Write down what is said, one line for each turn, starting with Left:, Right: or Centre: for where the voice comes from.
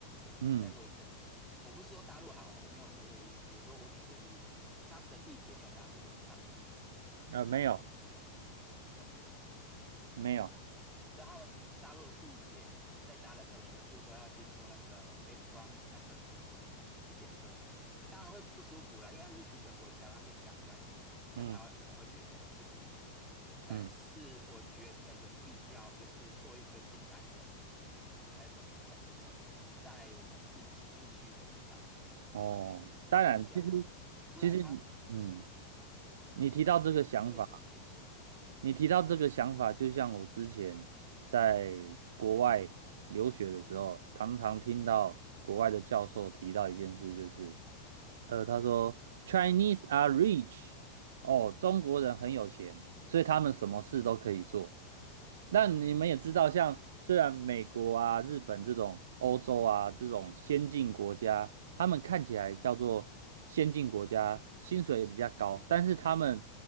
Right: 嗯，
Centre: 待过一阵子。我不是说大陆好，我没有我没有这个意思，只是说我举个例子，他们的地铁你有搭过吗？大陆的地铁
Right: 呃，没有，
Centre: 有，
Right: 没有，
Centre: 你知道他们大陆的地铁在搭的时候，全部都要经过那个 X 光探测器去检测，当然会不舒服啦，因为它是集权国家，它可以这样干。在台湾可能会觉得不舒服，
Right: 嗯
Centre: 但是我觉得有必要，
Right: 嗯，
Centre: 就是做一个简单的那种探测器，在我们进去进去的地方
Right: 哦，当然，
Centre: 会比较好一点，
Right: 其实
Centre: 不然它
Right: 其实，嗯，你提到这个想法。
Centre: 会很危险。
Right: 你提到这个想法，就像我之前在国外留学的时候，常常听到国外的教授提到一件事，就是呃，他说 Chinese are rich，哦，中国人很有钱，所以他们什么事都可以做。那你们也知道，像虽然美国啊、日本这种欧洲啊这种先进国家，他们看起来叫做先进国家，薪水也比较高，但是他们